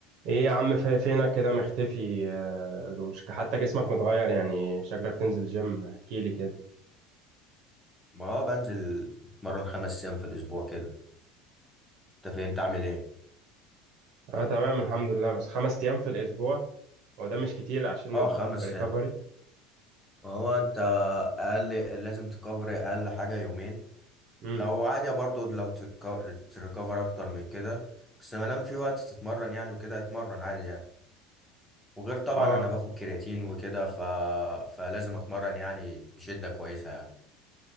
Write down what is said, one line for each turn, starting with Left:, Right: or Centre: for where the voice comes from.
Right: ايه يا عم في- فينك كده مختفي آه، وش- حتى جسمك متغير يعني شكلك تنزل جيم احكي لي كده
Centre: ما هو بنزل اتمرن خمس ايام في الاسبوع كده انت فين انت عامل ايه
Right: انا تمام الحمد لله بس خمس ايام في الاسبوع هو ده مش كتير عشان
Centre: اه خمس
Right: الريكفري
Centre: ايام ما هو انت اقل لازم تكفر اقل حاجه يومين
Right: امم
Centre: لو عادي برضو لو تك- تريكفر اكتر من كده بس ما دام في وقت تتمرن يعني وكده اتمرن عادي يعني وغير طبعا
Right: اه
Centre: انا باخد كرياتين وكده ف... فلازم اتمرن يعني بشده كويسه يعني